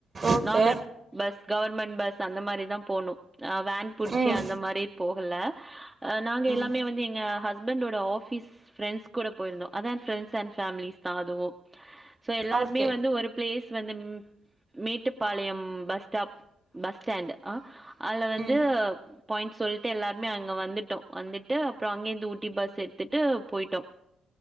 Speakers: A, on the right; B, on the right.
A: okay
B: normal bus government bus அந்த மாரி தா போனோ அ வேன் புடிச்சி
A: ம்
B: அந்த மாரி போகல அ நாங்க
A: ம்
B: எல்லாமே வந்து எங்க ஹஸ்பண்டோட ஆஃபீஸ் ஃப்ரெண்ட்ஸ் கூட போயிருந்தோ அதா ஃப்ரெண்ட்ஸ் அண்ட் ஃபேம்லீஸ் தா அதுவு சோ எல்லார்மே
A: ஓகே
B: வந்து ஒரு ப்ளேஸ் வந்து ம் Mettupalayam bus stop bus stand அ அதுல வந்து
A: ம்
B: பாய்ண்ட்ஸ் சொல்ட்டு எல்லார்மே அங்க வந்துட்டோ வந்துட்டு அப்றோ அங்கிர்ந்து ஊட்டி பஸ் எத்துட்டு போய்ட்டோ